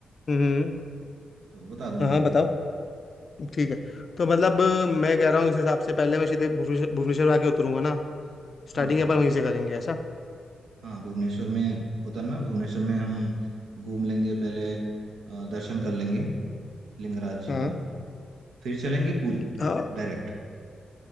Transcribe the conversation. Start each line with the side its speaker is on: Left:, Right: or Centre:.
Left: हम्म
Right: तो बता दूंगा
Left: हाँ हाँ
Right: मैं
Left: बताओ ठीक है तो मतलब अ, मैं कह रहा हूँ इस हिसाब से पहले मैं सीधे भुवनेश्वर भुवनेश्वर आके उतरूंगा ना स्टार्टिंग
Right: हाँ हाँ
Left: अपन वहीं से करेंगे ऐसा
Right: हाँ भुवनेश्वर में उतरना भुवनेश्वर में हम घूम लेंगे पहले अ, दर्शन कर लेंगे लिंगराज जी
Left: हाँ
Right: का फिर चलेंगे पूरी
Left: हाँ
Right: डायरेक्ट